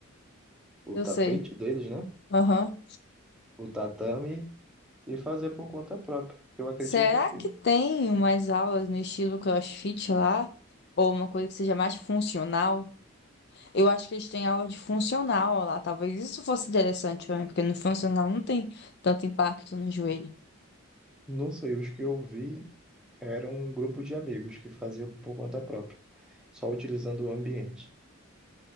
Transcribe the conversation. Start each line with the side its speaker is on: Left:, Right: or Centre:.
Centre: o
Left: eu
Centre: tapete
Left: sei.
Centre: deles, né?
Left: Aham.
Centre: O tatame, e fazer por conta própria. Porque eu acredito
Left: Será
Centre: que
Left: que tem umas aulas no estilo CrossFit lá? Ou uma coisa que seja mais funcional? Eu acho que eles têm aula de funcional lá. Talvez isso fosse interessante pra mim, porque no funcional não tem tanto impacto no joelho.
Centre: Não sei, os que eu vi eram um grupo de amigos que faziam por conta própria, só utilizando o ambiente.